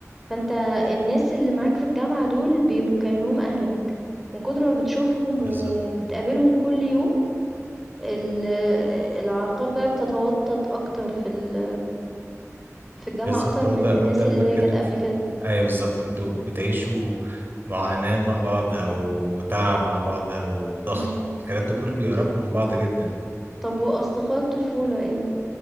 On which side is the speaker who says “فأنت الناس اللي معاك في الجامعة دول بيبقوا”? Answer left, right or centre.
Centre